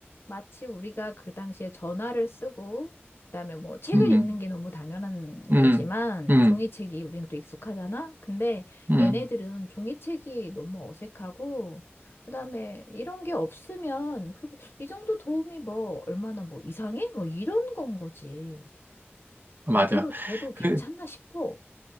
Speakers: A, on the left; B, on the right.
A: 마치 우리가 그 당시에 전화를 쓰고 그다음에 뭐 책을
B: 음,
A: 읽는 게 너무 당연한
B: 음,
A: 거지만
B: 음,
A: 종이책이 우리는 또 익숙하잖아. 근데
B: 음.
A: 얘네들은 종이책이 너무 어색하고 그다음에 이런 게 없으면 그리고 이 정도 도움이 뭐 얼마나 뭐 이상해? 뭐 이런 건 거지.
B: 맞아.
A: 이대로 둬도 괜찮나
B: 그,
A: 싶어.